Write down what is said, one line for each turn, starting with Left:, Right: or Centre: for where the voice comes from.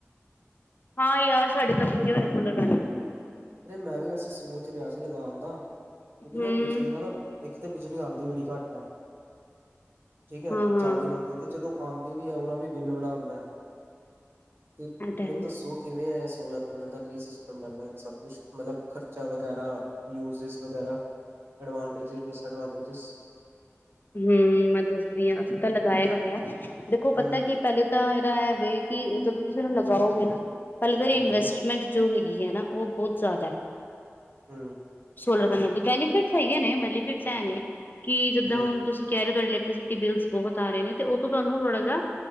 Left: ਹਾਂ ਯਾਰ, ਸਾਡੇ ਤੇ ਲੱਗੇ ਹੋਇਆ ਸੋਲਰ ਪੈਨਲ
Right: ਅਰੇ ਮੈਂ ਵੀ ਵੈਸੇ ਸੋਚ ਰਿਯਾ ਸੀ ਲਗਾਣ ਦਾ, ਕਿਉਂਕਿ
Left: ਹਮ
Right: ਨਾ ਬਿਜਲੀ ਦਾ ਨਾ ਇੱਕ ਤੇ ਬਿਜਲੀਆਂਦੀ ਬੜੀ ਘੱਟ ਏ, ਠੀਕ ਹੈ,
Left: ਹਾਂ
Right: ਜਾਂਦੀ
Left: ਹਾਂ
Right: ਰਹਿੰਦੀ ਤੇ ਜਦੋਂ ਆਂਦੀ ਵੀ ਏ ਉਦਾ ਵੀ ਬਿੱਲ ਵੜਾ ਆਂਦਾ, ਤੇ
Left: ਇਹ ਤਾਂ ਹੈ
Right: ਮੈਨੂੰ ਦੱਸੋ ਕਿਵੇਂ ਏ ਸੋਲਰ ਪੈਨਲ ਦਾ ਕੀ ਸਿਸਟਮ ਬਣਦਾ ਏ, ਕਿ ਸਬ ਕੁਛ ਮਤਲਬ ਖ਼ਰਚਾ ਵਗੈਰਾ, ਯੂਜਸ ਵਗੈਰਾ, ਐਡਵਾਂਟੀੇਜਿਸ, ਡਿਸਐਡਵਾਂਟਜਿਸ
Left: ਹੁੰ ਮੈਂ ਦੱਸਦੀ ਆ ਅਸੀਂ ਤਾਂ ਲਗਾਇਆ ਹੋਇਆ, ਦੇਖੋ
Right: ਹਮ
Left: ਪਤਾਏ ਕੀ ਪਹਿਲੇ ਤਾਂ ਇਦਾ ਏ ਵੇ ਕਿ ਜਦੋਂ ਤੁਸੀਂ ਇਹਨੂੰ ਲਗਾਓਗੇ ਨਾ, ਪਹਿਲੇ ਤਾਂ ਈਦੀ
Right: ਹਾਂਜੀ
Left: ਇਨਵੈਸਟਮੈਂਟ ਜੋ ਹੈਗੀ ਹੈ ਨਾ, ਉਹ ਬੋਤ ਜ਼ਿਆਦਾ ਏ
Right: ਹੂੰ
Left: ਸੋਲਰ ਪੈਨਲ ਦੀ, ਬੈਨੀਫਿਟਸ ਹੈਗੇ ਨੇ ਬੈਲੀਫਿਟਸ ਏ ਨੇ ਕਿ ਜਿੱਦਾਂ
Right: ਹਮ
Left: ਹੁਣ ਤੁਸੀਂ ਕੇ ਰਏ ਔ ਤੁਹਾਡੇ ਇਲੈਕਟ੍ਰੀਸਿਟੀ ਬਿੱਲਸ ਬਹੁਤ ਆ ਰਹੇ ਨੇ, ਤੇ ਉੱਥੋਂ ਤੁਹਾਨੂੰ ਥੋੜਾ ਜਹਾ